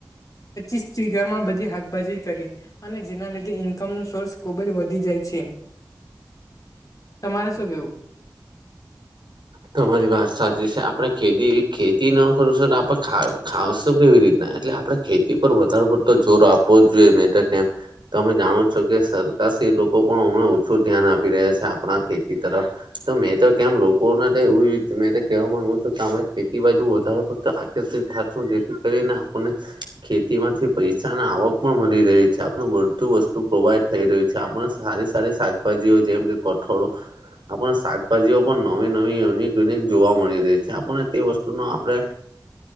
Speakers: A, on the left; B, on the right.
A: પચીસ સ્િગર માં બધી હાકભાજી કરી. અને જેના લીધે ઈન્કમ ન સોર્સ ખુબ જ વધી જાય છે.
B: <inaudible>
A: તમારે શું કેવું.
B: તમારી વાત સાચી છે આપડે ખેતી ખેતી ન કરું છું તો આપડણે ખ ખાશ તો કેવી રીતના એટલે આપણે. ખેતી પર વધારે પડતો જોર આપવો જ જોઈએ મે કે. તમે જાણો છો કે સરકાર લોકો પણ હમણાં ઓછું ધ્યાન આપી રહ્યા છે આપણા ખેતી તરફ. તો મેં તો કેમ લોકોને એવું મે કેવા માંગુ છું કે આપ ખેતી બાજુ વધો પડતો. કે થાકો જેથી કરી ના. આપને ખેતી માંથી પૈસાની આવક પણ મળી રહી છે આપણ બધુ વસ્તુ પ્રોવાઈડ થઈ રહ્યું છે. આપણે સારી સારી શાકભાજીઓ જેમ કે કઠોળો આપણે શાકભાજીઓ પણ. નવી નવી અનેક જોવા મળી રહી છે આપને તે વસ્તુ ન આપણે.